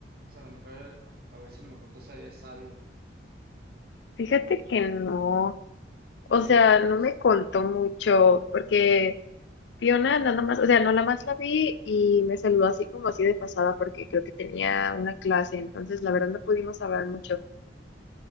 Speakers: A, on the right; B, on the left.
A: O sea, a lo mejor, a, a ver si a lo mejor tú sabías algo.
B: Fíjate que no, o
A: Me
B: sea,
A: dijo,
B: no
A: es-
B: me contó mucho, porque Fiona nada más, o sea, no la más la vi y me saludó así como así de pasada, porque creo que tenía una clase, entonces la verdad no pudimos hablar mucho.